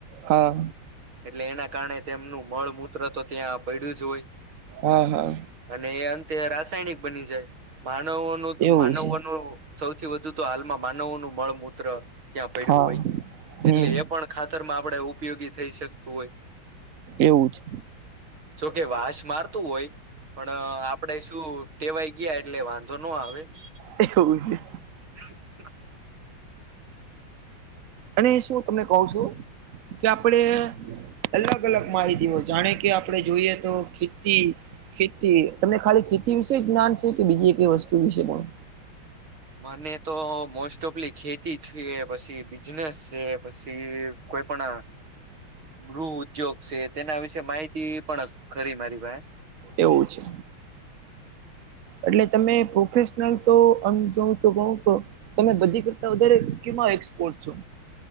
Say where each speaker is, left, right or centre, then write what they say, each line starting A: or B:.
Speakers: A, on the right (about 60°); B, on the right (about 85°).
A: હા
B: એટલે એના કારણે તેમનું મળ મૂત્ર તો ત્યાં પડ્યું જ હોય
A: હા હા
B: અને એ અંતે રાસાયણિક બની છે માનવોનું
A: એવું
B: માનવોનું
A: છે
B: સૌથી વધુ તો હાલમાં માનવો નું મળ મૂત્ર ત્યાં પડ્યું
A: હા
B: હોય
A: હમ
B: એટલે એ પણ ખાતર માં આપણેે ઉપયોગી થઈ શકતું હોય
A: એવું છે
B: જોકે વાસ મારતું હોય પણ આપડે શું ટેવાય ગયા એટલે વાં ધો નો આવે આવે
A: એ એવું છે
B: શ છે
A: અને શું તમને કવ છું કે આપડે અલગ અલગ માહિતીઓ જાણે કે આપડે જોઈએ તો ખેતી ખેતી તમને ખાલી ખેતી વિશે જ્ઞાન છે કે બીજી એકઈ વસ્તુ વિશે પણ
B: મને તો મોસ્ટ ઓફલી ખેતી છે પછી બિઝનેસ છે પછી કોઈ પણ ગૃહ ઉદ્યોગ છે તેના વિશે માહિતી પણ ખરી મારી ભાઈ
A: એવું છે
B: <inaudible>
A: એટલે તમે પ્રોફેશનલ તોમ જો તો તો તમે બધી કરતા વધારે એક્સપોર્ટ છો